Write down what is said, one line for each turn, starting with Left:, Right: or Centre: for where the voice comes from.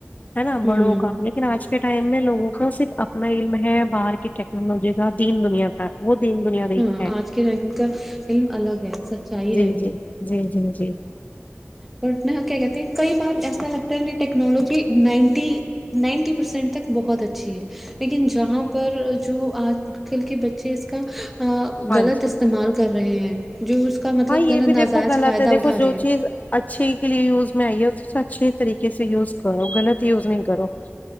Left: ہے نا
Centre: ہوں
Left: بڑوں کا لیکن آ آج کے ٹائم میں لوگوں کا صرف اپنا علم ہے باہر کی ٹیکنالوجی کا دین دنیا کا وہ دین دنیا دیکھ
Centre: ہاں
Left: رہے ہیں
Centre: آج کے ائم کا علم الگ ہے سچائی
Left: جی
Centre: ہے یہ
Left: جی جی جی
Centre: بٹ نہک گتی کئی بار جسا لگتا ہے ن ٹیکنالوجی نائنٹی نائنٹی پرسینٹ تک بہت اچھی ہے لیکن جہاں پر جو آج کل کے بچے اس کا
Left: ہاں
Centre: غلط
Left: جی
Centre: استعمال کر رہے ہیں جو اس کا مطلب
Left: ہاں یہ
Centre: غلط
Left: بھی دیکھو
Centre: نجائز
Left: غلط
Centre: فائدہ
Left: ہے دیکھو
Centre: اٹھا
Left: جو چیز اچھی کے لیے یوز میں اچھے طریقے سے یوز کرو غلط یوز نہیں کرو <unintelligible>